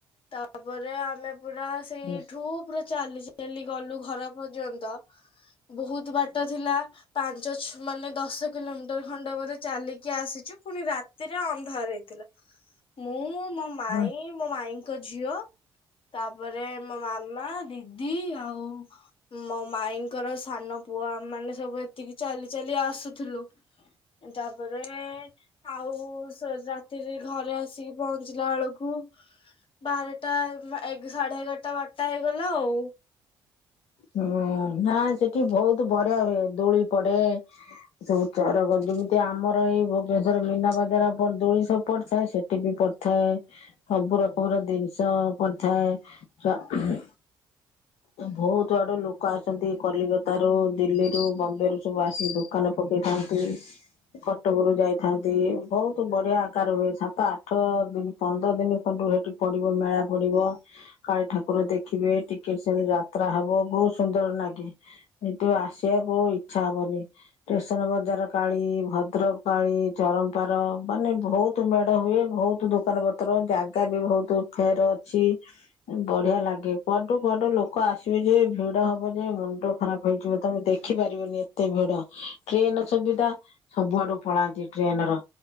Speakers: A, on the left; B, on the left.
A: ତାପରେ ଆମେ ପୁରା ସେଇଠୁ
B: ହୁଁ
A: ପୁରା ଚାଲି ଚାଲି ଗଲୁ, ଘର ପର୍ଯ୍ୟନ୍ତ। ବହୁତ ବାଟ ଥିଲା। ପାଞ୍ଚ, ଛ- ମାନେ ଦଶ କିଲୋମିଟର ଖଣ୍ଡେ ବୋଧେ ଚାଲିକି ଆସିଛୁ। ପୁଣି ରାତି ରାତି ରେ ଅନ୍ଧାର ହେଇଥିଲା। ମୁଁ, ମୋ ମାଇଁ,
B: ହୁଁ
A: ମୋ ମାଇଁଙ୍କ ଝିଅ ତାପରେ, ମୋ ମାମା, ଦିଦି, ଆଉ ମୋ ମାଇଁ ଙ୍କର ସାନ ପୁଅ, ଆମମାନେ ସବୁ ଏତିକି ଚାଲି ଚାଲି ଆସୁଥିଲୁ। ତା ତାପରେ, ଆଉ ସେ ରାତିରେ ଘରେ ଆସିକି ପହଞ୍ଚିଲା ବେଳକୁ ବାରଟା, ଏ-ସାଢେ ଏଗାରଟା, ବାରଟା ହେଇଗଲା ଆଉ।
B: ହୁଁ। ନା, ସେଠି ବହୁତ ବଢିଆ ହୁଏ। ଦୋଳି ପଡେ। ସବୁ ଚର କରଦବୁ। ଏ ଆମର ଏଇ ଭୁବନେଶ୍ୱର ମୀନା ବଜାର ପ ଦୋଳି ସବୁ ପଡିଥାଏ, ସେଠି ବି ପଡିଥାଏ। ସବୁ ରକମ ର ଜିନିଷ ପଡିଥାଏ। ବହୁତ ଆଡୁ ଲୋକ ଆସନ୍ତି। କଲିକତା ରୁ, ଦିଲ୍ଲୀରୁୁ, ବମ୍ବେ ରୁ ସବୁ ଆସି ଦୋକା ଦୋକାନ ପକେଇଥାନ୍ତି। କଟକରୁ ଯାଇଥାନ୍ତି। ବହୁତ ବଢିଆ ଆକାର ହୁଏ। ସାତ, ଆଠ ଦିନ ପନ୍ଦର ଦିନ ଖଣ୍ଡୁ ସେଠି ପଡିବ ମେଳା ପଡିବ। କାଳୀ ଠାକୁର ଦେଖିବେ, ଟିକେ କିନ ସେନ ଯାତ୍ରା ହବ, ବହୁତ ସୁନ୍ଦର ନାଗେ। କିନ୍ତୁ ଆସିବାକୁ ଇଚ୍ଛା ହବନି। ଷ୍ଟେସନ ବଜାର କାଳୀ, ଭଦ୍ରକ କାଳୀ, ଚରମପାର ମାନେ ବହୁତ ବହୁତ ମେଢ ହୁଏ। ବହୁତ ଦୋକାନ ପତ୍ର, ଜାଗା ବି ବହୁତ ଫେର ଅଛି। ବଢିଆ ଲାଗେ। କ ସାଡୁ ଲୋକ ଆସିବେ ଯେ, ଭିଡ ହବ ଯେ, ମୁଣ୍ଡ ଖରାପ ହେଇଯିବ। ତମେ ଦେଖିପାରିବନି, ଏ ଏତେ ଭିଡ। ଟ୍ରେନ ସୁବିଧା, ସବୁଆଡୁ ପଳାନ୍ତି ଟ୍ରେନ ର।